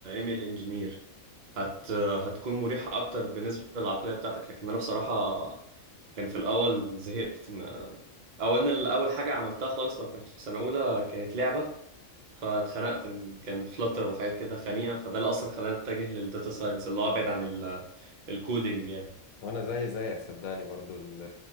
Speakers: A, on the right; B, on the left.
A: ML انجينير هت هتكون مريحة اكتر بالنسبة للعقلية بتاعتك لكن انا بصراحة كان في الاول زهقت ما... او انا ال- اول حاجة عملتها خالص لما كنت في سنة اولى كانت لعبة فاتخنقت من كان فلتر وحاجات كده خنيقة فده اللي اصلا خلاني اتجه للداتا ساينس اللي هو ابعد عن ال... الكودينج يعني
B: وانا زي زيك صدقني برضو ال-